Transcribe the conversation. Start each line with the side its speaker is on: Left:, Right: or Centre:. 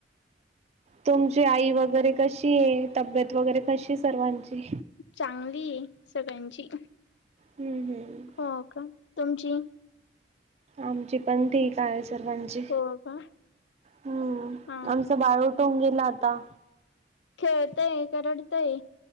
Right: तुमची आई वगैरे कशी आहे तब्येत वगैरे कशी आहे सर्वांची
Left: चांगली सगळ्यांची
Right: हम्म हम्
Left: हो का तुमची
Right: आमची पण ठीक आहे सर्वांची
Left: हो का
Right: हम्म
Left: हा
Right: आमचं बाळू उटेल आता
Left: खेळताय का रडताय